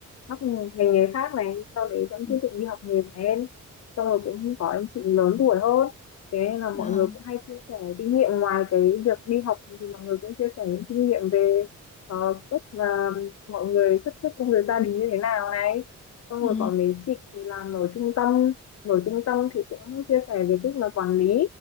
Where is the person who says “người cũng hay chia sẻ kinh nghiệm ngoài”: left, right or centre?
Left